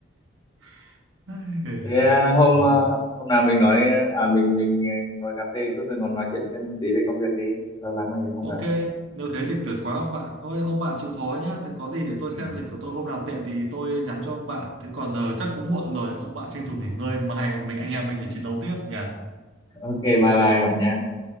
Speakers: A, on the right (about 80°); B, on the left (about 20°).
A: <laughs> Ai,
B: thế à, hôm
A: đúng
B: à, hôm nào mình nói à mình mình à, ngồi cà phê chút rồi còn nói chuyện thêm tí về công việc đi lâu lắm rồi không
A: ok
B: gặp ấy
A: nếu thế thì tuyệt quá ông bạn thôi ông bạn chịu khó nhá thì có gì để tôi
B: ừ.
A: xem lịch của tôi hôm nào tiện thì tôi nhắn cho ông bạn thế còn giờ chắc cũng muộn rồi ông bạn tranh thủ nghỉ ngơi mai mình anh em mình lại chiến đấu tiếp nhỉ
B: ok bye bye bạn nha